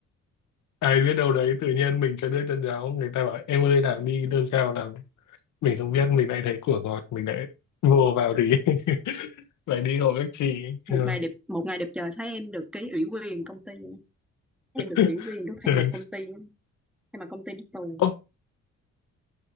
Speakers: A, on the left (about 75°); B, in the centre.
A: ai biết đâu đấy tự nhiên mình cho nước chân giáo người ta bảo em ơi làm đi lương cao làm mình không biết mình lại thấy của ngọt mình lại <laughs> vô vào thì <laughs> lại đi hộ các chị
B: một
A: Ừ.
B: ngày đẹp một ngày đẹp trời thấy em được ký ủy quyền công ty em
A: <laughs>
B: được ủy quyền được
A: trời
B: thay mặt công ty thay mặt công ty đi tù
A: ô